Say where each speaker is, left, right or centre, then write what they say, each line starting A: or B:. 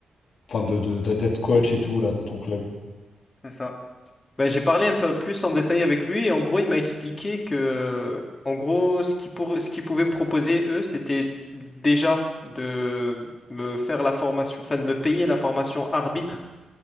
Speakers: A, on the left; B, on the left.
A: enfin, de, de- de- d'être coach et tout là dans ton club.
B: C'est ça. Ben, j'ai parlé un peu plus en détail avec lui et en gros, il m'a expliqué que, en gros, ce qui pour, ce qu'ils pouvaient me proposer, eux, c'était déjà de me faire la formation, enfin de me payer la formation arbitre